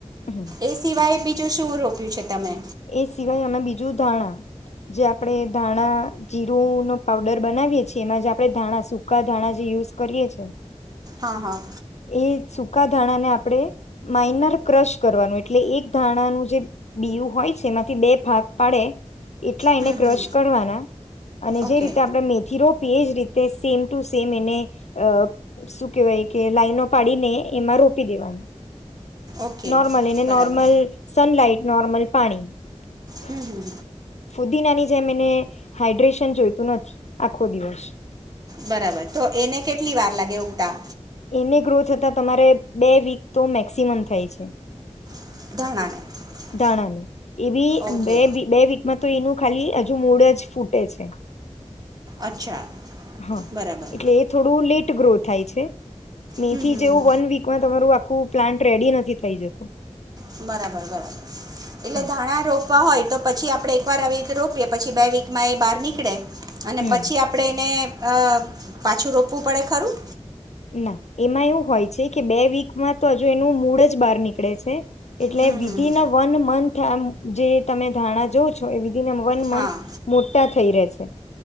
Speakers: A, on the left; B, on the right.
A: હમ
B: એ સિવાય બી. જ શું રોક્યું છે તમે.
A: એ સિવાય આમે બીજું ધાણા જે આપણેે ધાણા જીરું નો પાવડર બનાવીએ છીએ એમાં જે આપણે ધાણા સકા ધાણા જે યુઝ કરીએ છે.
B: હા હા
A: એ સૂકા ધાણાને આપણે માઈનર ક્રશ કરવાનું એટલે એક ધાણાનું જે બીયું હોય છે એમાંથી બે ભાગ પાડે. એટલા
B: હમ
A: એને ક્રશ
B: હમ
A: કરવાના અને
B: ઓકે
A: જે રીતે આપણે મેથી રોપીએ એ જ રીત તે સેમ ટુ સેમ એને, અ શું કેહેવાય કે લાઈનો પાડીને એમાં રોપી દેવાની.
B: ઓકે
A: નોર્મલ એને
B: બરાબર
A: નોર્મલ સનલાઈટ. નોર્મલ પાણી.
B: હમ હમ
A: ફુદીનાની. જે મને હાઈડ્રેશન જોઈતું નથી આખો દિવસ.
B: બરાબર તો એને કેટલી વાર લાગે ઉગતા?
A: એને ગ્રો થતા તમારે બે વીક તો મેક્સિમમ થાય. છે.
B: <unintelligible>
A: દાણામો એ બી
B: ઓકે
A: બે-બે વીકમાં. તો એનું ખાલી હજુ મૂળ જ ફૂટે છે.
B: અચ્છા.
A: હા
B: બરાબર
A: એટલે એ થોડું લેટ ગ્રોથ થાય છે. મેથી
B: હમ હમ
A: જેવું
B: હમ
A: વન વિકમાં તમારું આપ હું પ્લાન્ટ રેડી નથી થઈ જતો.
B: હમ બરાબર. એટલે
A: હા
B: ધાણા રોપવા હોય તો પછી આપડે એક વાર આવી રીતે રોપીએ પછી બે વિકમાં એ બહાર નીકડે અને
A: હમ
B: પછી આપણેે એને અહ પાછું રોપવું પડે ખરું?
A: ના એમાં એવું હોય છે કે બે વિકમાં તો હજુ એનું મૂળ જ બહાર નીકળે છે એટલે
B: હમ
A: વિધિન
B: હમ હમ.
A: વન મંથ આ જે તમે ધારણા જોવ છો એવી. એને વન
B: હા
A: મથ મોટા થઈ રહે છે.